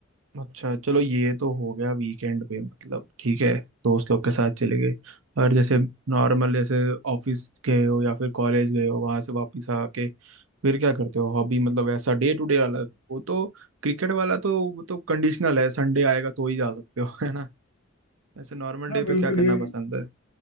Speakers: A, on the right (about 75°); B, on the left (about 80°).
A: अच्छा चलो ये तो हो गया वीकेंड पे मतलब ठीक है दोस्त लोग के साथ चले गए और जैसे नॉर्मल जैसे ऑफिस गए हो या फिर कॉलेज गए हो वहां से वापस आके फिर क्या करते हो हॉबी मतलब ऐसा डे टू डे वाला वो तो क्रिकेट वाला तो वो तो कंडीशनल है संडे आएगा तो ही जा सकते हो <laughs> है ना ऐसे नॉर्मल
B: हाँ
A: डे
B: बिल्कुल
A: पे क्या करना
B: ये
A: पसंद है